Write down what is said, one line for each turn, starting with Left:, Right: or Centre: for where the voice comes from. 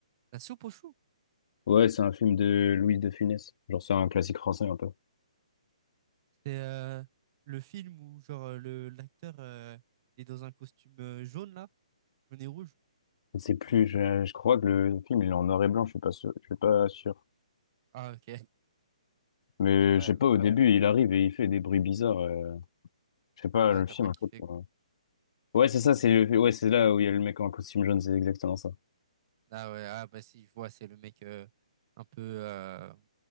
Right: La soupe aux choux?
Left: Ouais, c'est un film de Louis de Funès. Genre, c'est un classique français un peu.
Right: C'est euh, le film où genre euh, le l'acteur euh, il est dans un costume euh, jaune là, jaune et rouge.
Left: Je sais plus, je, je crois que le film il est en noir et blanc, je suis pas sûr, je suis pas sûr.
Right: Ah ok.
Left: Mais
Right: Ouais,
Left: je sais pas, au Ouais. début, il arrive et il fait des bruits bizarres. euh, je sais pas,
Right: ouais,
Left: le
Right: t'as
Left: film,
Right: pas
Left: un
Right: kiffé
Left: peu. euh.
Right: quoi.
Left: Ouais, c'est ça, c'est le- ouais, c'est là où il y a le mec en costume jaune, c'est exactement ça.
Right: Ah ouais, ah bah si, je vois, c'est le mec euh, un peu euh, on